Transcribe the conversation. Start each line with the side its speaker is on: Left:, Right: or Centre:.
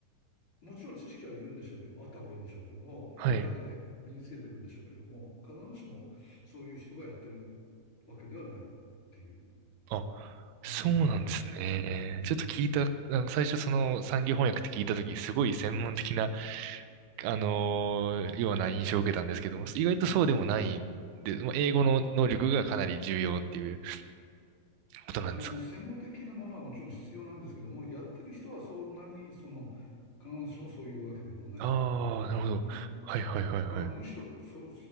Left: もちろん知識はいるんでしょうけども、あった方がいいんでしょうけども、
Right: はい。
Left: やる中で身につけていくんでしょうけども、必ずしもそういう人がやってるわけではないっていう、
Right: あ、そうなんですね。
Left: うん、感じだと思います。うん、
Right: ちょっと聞いた、あの最初その産業翻訳って聞いたときにすごい専門的な、あのーような印象を受けたんですけども、意外とそうでもないんで、
Left: うん。
Right: もう英語の能力がかなり重要っていうことなんですか。
Left: あの、専門的なものはもちろん必要なんですけども、やってる人はそんなに、その、必ずしもそういうわけでもないっていうか、
Right: ああー、なるほど。
Left: うん
Right: はいはいはいはい。
Left: まあ、あのむしろそう、